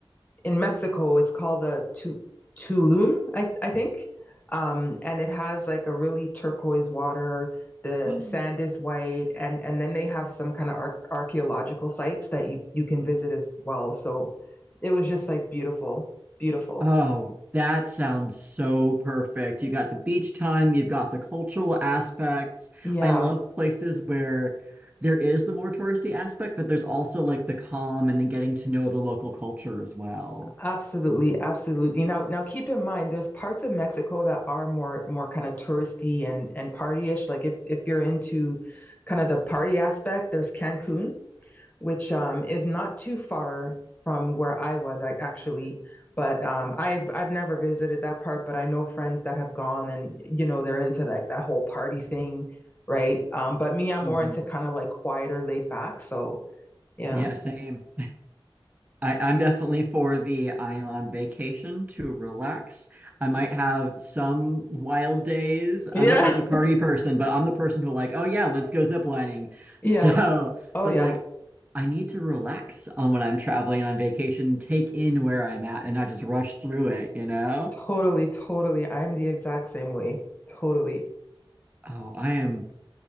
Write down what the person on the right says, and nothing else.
<gasps>
Oh, that sounds so perfect. You got the beach time, you've got the cultural aspects.
I love places where there is the more touristy aspect, but there's also like the calm and the getting to know the local culture as well.
hmm
Yeah, same. I, I'm definitely for the I'm on vacation to relax. I might have some wild days.
I'm not much of a party person, but I'm the person who like, oh yeah, let's go ziplining. <laughs>
So,
but
like I need to relax on when I'm traveling on vacation, take in where I'm at and not just rush through it, you know?
Oh, I am